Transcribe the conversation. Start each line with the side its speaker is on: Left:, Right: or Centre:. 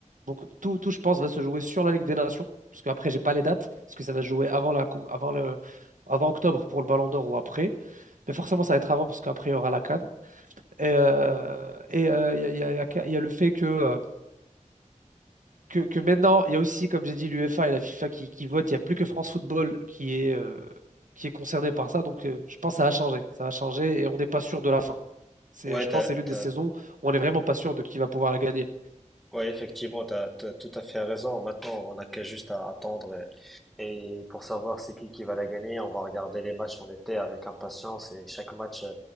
Right: Donc tout, tout, je pense, va se jouer sur la Ligue des Nations, parce qu'après, j'ai pas les dates, parce que ça va se jouer avant la, cou- avant le, avant octobre pour le Ballon d'Or ou après. Mais forcément, ça va être avant, parce qu'après, il y aura la CAN. Et euh, et euh, il y a, il y a- il y a- il y a le fait que, euh, que, que maintenant, il y a aussi, comme j'ai dit, l'UEFA et la FIFA qui, qui votent. Il n'y a plus que France Football qui est, euh, qui est concerné par ça. Donc, euh, je pense que ça va changer. Ça va changer et on n'est pas sûr de la fin. C'est,
Centre: Ouais,
Right: je
Centre: t'as,
Right: pense que c'est l'une
Centre: t'as,
Right: des saisons où on n'est vraiment pas sûr de qui va pouvoir la gagner.
Centre: Ouais, effectivement, tu as, tout à fait raison. Maintenant, on n'a qu'à juste à attendre et, et pour savoir c'est qui qui va la gagner, on va regarder les matchs en été avec impatience et chaque match euh,